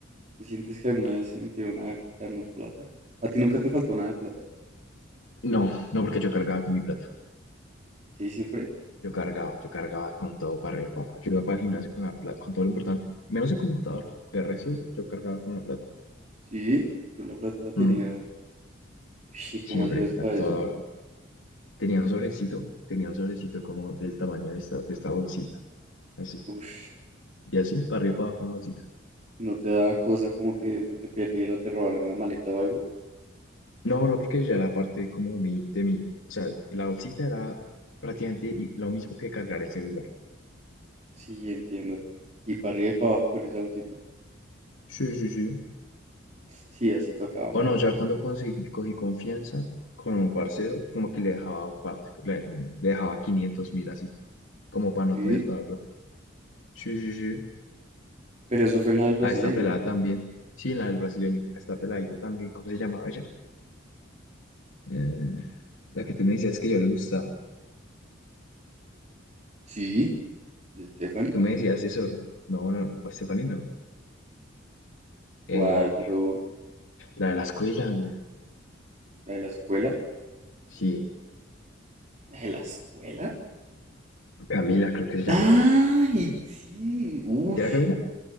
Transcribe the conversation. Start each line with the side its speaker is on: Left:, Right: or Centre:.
Right: ¿Tú sientes que alguna vez se metieron a quitarnos plata? ¿A ti nunca te faltó nada de plata?
Left: No, no porque yo cargaba con mi plata.
Right: ¿Sí, siempre?
Left: Yo cargaba, yo cargaba con todo para arriba. y para abajo. Yo iba para el gimnasio con la plata, con todo lo importante. Menos el computador. De resto, yo cargaba con la plata.
Right: ¿Sí? ¿Tú la plata la tenías?
Left: Mm,
Right: Uy, ¿cómo
Left: siempre,
Right: hacías para
Left: a toda
Right: eso?
Left: hora. Tenía un sobrecito, tenía un sobrecito como del tamaño de esta, de esta bolsita. Así.
Right: Uy,
Left: Y así, para arriba y para abajo con la bolsita.
Right: No te da cosa como que se te perdiera o te robaran la maleta o algo.
Left: No, no, porque ya era parte como mi, de mí. O sea, la bolsita era prácticamente i- lo mismo que cargar el celular.
Right: Sí, entiendo. Y para arriba y para abajo con esa bolsita.
Left: Sí, sí, sí.
Right: Sí, así tocaba, la
Left: O
Right: verdad.
Left: no, ya cuando conseguí, cogí confianza con un parcero, como que le dejaba parte, le, le dejaba 500 mil así. como para no
Right: Sí,
Left: tener toda la plata. Sí, sí, sí.
Right: pero eso fue en la del brasileño,
Left: A esta pelada
Right: ¿no?
Left: también. Sí, en la del brasileño. A esta peladita también. ¿Cómo se llamaba ella? Eh, la que tú me decías que yo le gustaba.
Right: Sí, de Stephanie.
Left: Tú me decías eso, ¿no? No, no, no, Stephanie no. Eh,
Right: ¿Cuál, bro?
Left: la de la escuela, güey.
Right: ¿La de la escuela?
Left: Sí,
Right: ¿La de la escuela?
Left: Camila creo que se
Right: ¡Ay,
Left: llamaba.
Right: sí! ¡Uf!
Left: ¿Sí era Camila?